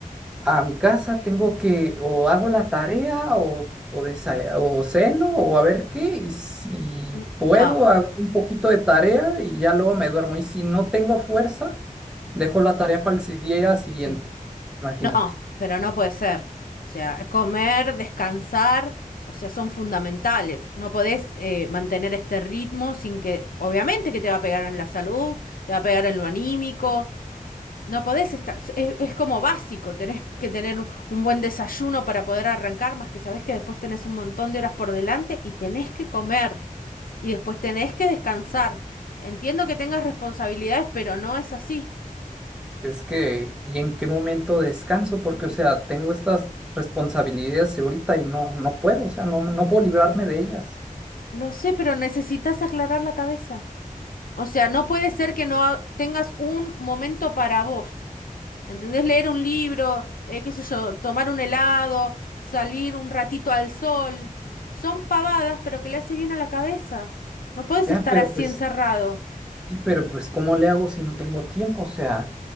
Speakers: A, in the centre; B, on the left.
A: a mi casa, tengo que o hago la tarea o, o, desa- o ceno o a ver qué, y si
B: N-
A: puedo,
B: No,
A: hago un poquito de tarea y ya luego me duermo. Y si no tengo fuerza, dejo la tarea para el si- día siguiente.
B: sí.
A: Imagínate.
B: No, pero no puede ser. O sea, comer, descansar, o sea, son fundamentales. No podés eh, mantener este ritmo sin que, obviamente que te va a pegar en la salud, te va a pegar en lo anímico. No podés estar, es, es como básico, tenés que tener un, un buen desayuno para poder arrancar, más que sabés que después tenés un montón de horas por delante y tenés que comer y después tenés que descansar. Entiendo que tengas responsabilidades, pero no es así.
A: Es que, ¿y en qué momento descanso? Porque, o sea, tengo estas responsabilidades ahorita y no, no puedo, o sea, no, no puedo librarme de ellas.
B: Lo sé, pero necesitas aclarar la cabeza. O sea, no puede ser que no ha- tengas un momento para vos. ¿Entendés? Leer un libro, eh, qué sé yo, tomar un helado, salir un ratito al sol. Son pavadas, pero que le hace bien a la cabeza. No puedes
A: Ya,
B: estar
A: pero
B: así
A: pues
B: encerrado.
A: Sí, pero pues ¿cómo le hago si no tengo tiempo? O sea,